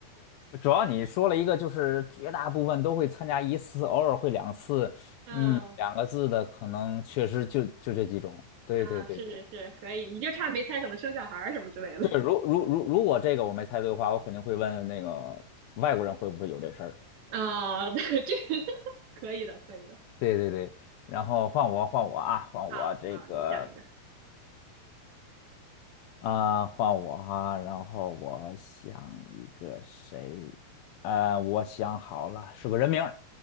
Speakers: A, on the left; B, on the right.
A: 主要你说了一个，就是绝大部分都会参加一次，偶尔会两次，
B: 嗯
A: 嗯，两个字的可能确实就就这几种。对对对对
B: 嗯，是是是，可以，你就差没猜可能生小孩儿什么之类的。
A: 对，如如如如果这个我没猜对的话，我肯定会问那个外国人会不会有这事儿。
B: 啊，<laughs> 这可以的，可以的。
A: 对对对，然后换我换我啊，换我这个
B: 好，好，你想一个，
A: 啊、呃换我哈、然后我想一个谁，呃，我想好了，是个人名儿。